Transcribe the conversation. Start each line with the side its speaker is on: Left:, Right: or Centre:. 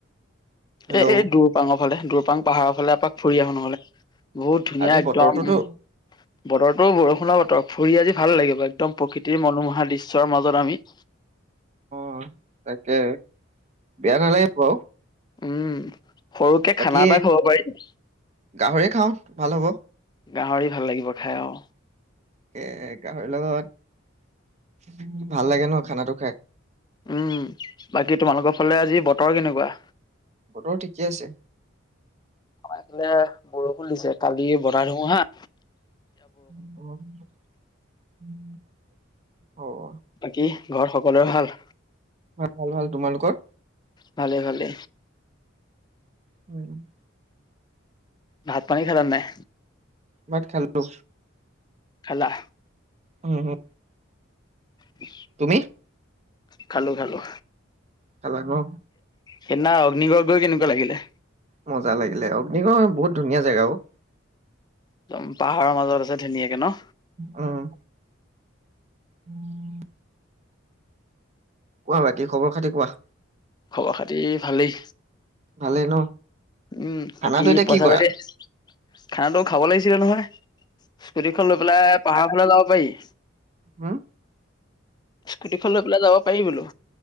Left: এ,
Right: হেল্ল'
Left: এই দৰপাংৰালে দৰপাং পাহাৰৰ ফালে এপাক ফুৰি আহো নহলে বহুত ধুনীয়া
Right: আজি
Left: একদম
Right: বতৰটোতো
Left: বতৰটো বৰষুণ বতৰ ফুৰি আজি ভাল লাগিব। একদম প্ৰকৃতিৰ মনোমোহা দৃশ্যৰ মাজত আমি
Right: অ', তাকে বেয়া নালাগিব বাও
Left: উম, সৰুকে
Right: বাকী
Left: খানা এটা খাব পাৰি।
Right: গাহৰি খাওঁ ভাল হ'ব
Left: গাহৰি ভাল লাগিব খাই অ,
Right: এ, গাহৰিৰ লগত ভাল লাগে ন খানাটো খাই।
Left: উম, বাকী তোমালোকৰ ফালে আজি বতৰ কেনেকুৱা?
Right: বতৰ ঠিকে আছে।
Left: আমাৰ বৰষুণ দিছে, কালি বজাই ধোৱা হা-
Right: অ <inaudible>
Left: বাকী ঘৰত সকলোৱোৰে ভাল
Right: ভাল ভাল তোমালোকৰ
Left: ভালে ভালে
Right: উম,
Left: ভাত পানী খালা নে নাই?
Right: ভাক খেলো
Left: খালা
Right: উম উ
Left: উম
Right: তুমি
Left: খালো খালো
Right: খালা নো
Left: সেইদিনা অগ্নিগড়গৈ কেনেকুৱা লাগিলে
Right: মজা লাগিলে অগ্নিগড় বহুত ধুনীয়া জাগাবোৰ
Left: একদম পাহাৰৰ মাজত আছে ধুনীয়াকে ন
Right: উম উম কোৱা বাকী খবৰ খাতি কোৱা
Left: খবৰ খাতি ভালেই
Right: ভালেই ন
Left: উম বাকী
Right: খানাটো এতিয়া
Left: পইচা
Right: কি কৰা
Left: পাতি খানাটো খাব লাগিছিলে নহয় স্কুটিখন লৈ পেলাই পাহাৰৰ ফালে যাব পাৰি
Right: হা
Left: স্কুটিখন লৈ পেলাই যাব পাৰি বোলো